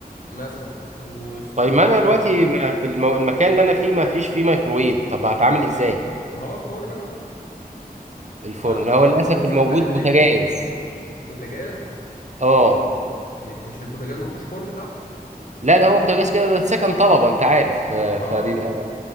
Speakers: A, on the left; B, on the right.
A: مثلا والصوصات
B: طيب ما انا دلوقتي
A: بقى
B: ما في المو... المكان اللي انا فيه ما فيش فيه ميكرويف طب هتعامل ازاي
A: ما هو الفرن بقى
B: الفرن
A: ما ما
B: هو
A: انا
B: للاسف
A: اصلا بسخن
B: الموجود
A: العيش
B: بوتاجاز
A: بوتاجاز
B: اه
A: م- مش البوتاجاز ما فيهوش فرن تحت
B: لا ده هو بوتاجاز كده ده سكن طلبه انت عارف آه،
A: اه
B: فبيبقى